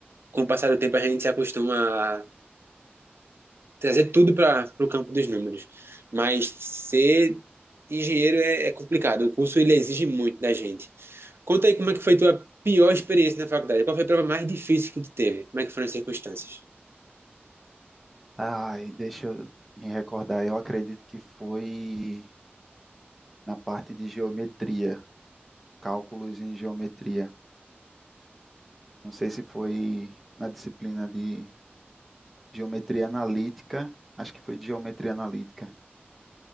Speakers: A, on the right (about 75°); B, in the centre.
A: com o passar do tempo a gente se acostuma trazer tudo para o campo dos números. Mas ser engenheiro é, é complicado. O curso ele exige muito da gente. Conta aí como é que foi tua pior experiência na faculdade. Qual foi a prova mais difícil que tu teve? Como é que foram as circunstâncias?
B: Ai, deixa eu me recordar. Eu acredito que foi na parte de geometria, cálculos em geometria. Não sei se foi na disciplina de geometria analítica, acho que foi de geometria analítica.